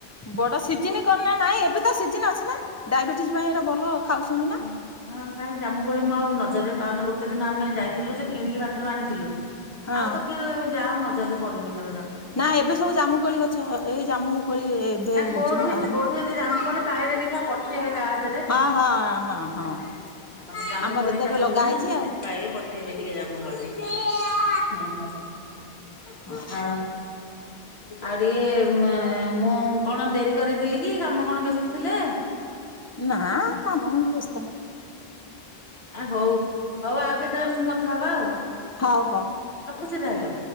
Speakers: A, on the left; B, on the left.
A: ବଡ ସିଜିିନ ଗନା ନାଇଁ ଏବେ ତ ସିଜିନ୍ ଅଛି ନା। ଡାଇବେଟିସ ପାଇଁ ଏଟା ଭଲ ଖାଉଛନ୍ତି
B: ହଁ
A: ନା।
B: କାହିଁ ଜାମୁକୋଳି ମୁଁ ଆଉ ନଜରରେ ପାଉନି ଗୋଟେ ଦିନ ଆମେ ଯାଇଥିଲୁ ଯେ କିଣିକି ବାଟରୁ ଆଣିଥିଲୁ।
A: ହଁ
B: ଆଉ ତ କିଏ ଯାଅ ନଜରରେ ପଡୁନି ମତେ।
A: ନା ଏବେ ସବୁ ଜାମୁ କୋଳି ଗଛ ଏଇ ଜାମୁ କୋଳି ଏବେ
B: କୋଉଠି
A: ହଉଛି ନା ଆରମ୍ଭ।
B: କୋଉଠି ଯଦି ଜାମୁକୋଳି ପାଇବେ ଦେଖିବା ପଠେଇବେ କାହା ହାତରେ
A: ହଁ, ହଁ, ହଁ। ହଁ।
B: ନା। ଆଉ ଜାମୁ
A: ଆମର
B: କୋଳି
A: ତ
B: ଟା
A: ଏବେ
B: ଭଲ
A: ଲଗା ହେଇଛି
B: ନା
A: ଆଉ।
B: ଯଦି ପାଇବି ପଠେଇବି ଟିକେ ଜାମୁ କୋଳି। ହ
A: ହଉ
B: ଆ ଆହୁରି ଏ ମୁଁ କଣ ଡେରି କରିଦେଲି କି କାମ କଣ ବ୍ୟସ୍ତ ଥିଲେ?
A: ନା କାମ ବ୍ୟସ୍ତ
B: ଆ ହଉ, ହଉ ଆଉ କେତେବେଳେ ପୁଣି କଥା ହବା ଆଉ।
A: ହଉ ହଉ।
B: ଚି ତାହେଲେ